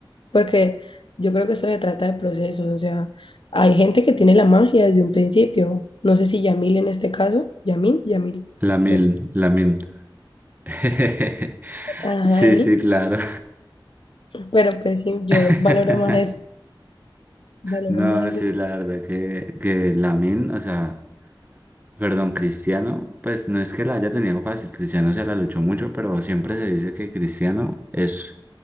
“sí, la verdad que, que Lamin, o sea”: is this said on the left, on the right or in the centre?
Right